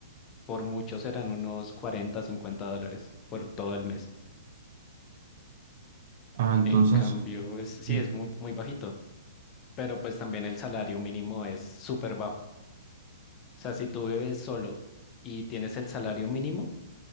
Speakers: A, on the left; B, on the right.
A: Por mucho serán unos 40 50 dólares por todo el mes.
B: Ah, entonces,
A: En cambio, es, sí,
B: sí,
A: es muy, muy bajito, pero pues también el salario mínimo es súper bajo. O sea, si tú vives solo y tienes el salario mínimo,